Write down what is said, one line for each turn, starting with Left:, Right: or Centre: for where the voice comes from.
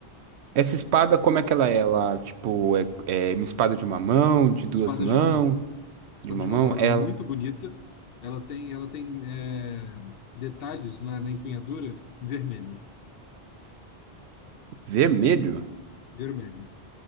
Right: Essa espada, como é que ela é? Ela, tipo, é, é uma espada de uma mão, de duas
Left: Espada
Right: mãos,
Left: de uma mão. Espada
Right: de uma
Left: de Mamon,
Right: mão?
Left: ela
Right: Ela,
Left: é muito bonita. Ela tem, ela tem é, detalhes na, na empunhadura em vermelho,
Right: vermelho?
Left: vermelho.